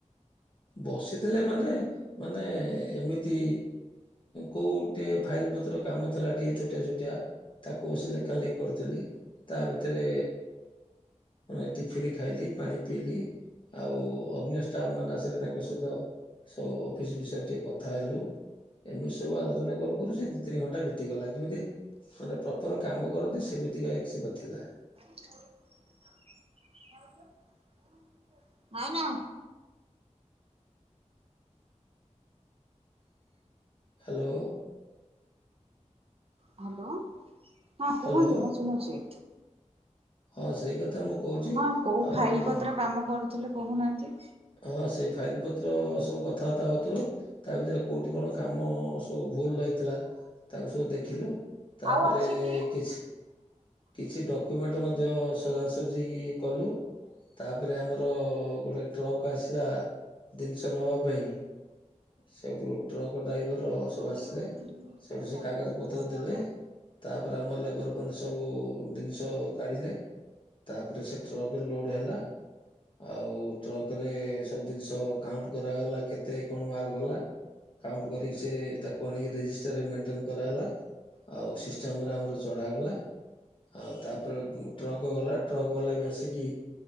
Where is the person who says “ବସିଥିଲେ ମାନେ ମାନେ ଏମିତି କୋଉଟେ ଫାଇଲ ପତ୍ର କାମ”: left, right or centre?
Left